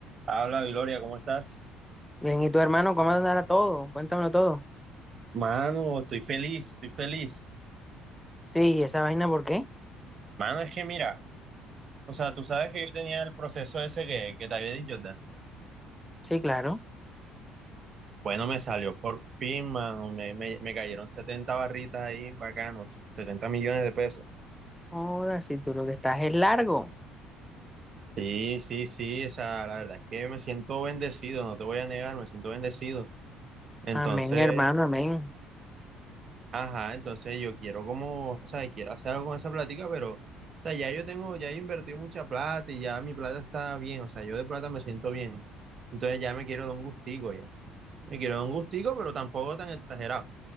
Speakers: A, on the right; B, in the centre.
A: Habla, Gloria, ¿cómo estás?
B: Bien, ¿y tu hermano cómo andará todo? Cuéntamelo todo.
A: Mano, estoy feliz, estoy feliz.
B: Sí, ¿y esa vaina por qué?
A: Mano, es que mira, o sea, tú sabes que yo tenía el proceso ese que, que te había dicho, ¿verdad?
B: Sí, claro.
A: Bueno, me salió por fin, mano. Me, me, me cayeron 70 barritas ahí, bacanos, 70 millones de pesos.
B: Ahora, si tú lo que estás es largo.
A: Sí, sí, sí, o sea, la verdad es que me siento bendecido, no te voy a negar, me siento bendecido. Entonces,
B: Amén, hermano, amén.
A: Ajá, entonces yo quiero como, o sea, quiero hacer algo con esa plática, pero, o sea, ya yo tengo, ya he invertido mucha plata y ya mi plata está bien, o sea, yo de plata me siento bien. Entonces ya me quiero dar un gustico ya. Me quiero dar un gustico, pero tampoco tan exagerado,